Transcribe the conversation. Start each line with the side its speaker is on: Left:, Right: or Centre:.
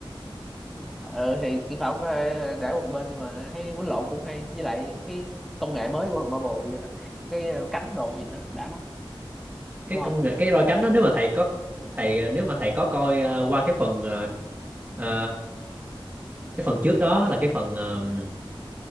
Centre: ờ thì kỹ thuật ờ, để một bên nhưng mà thấy quýnh lộn cũng hay với lại cái công nghệ mới của thằng Marvel như là cái ờ, cánh đồ nhìn nó đã mắt
Right: cái
Centre: đúng không
Right: công nghệ cái đôi cánh đó nếu mà thầy có thầy nếu mà thầy có coi à, qua cái phần à, à, cái phần trước đó là cái phần um,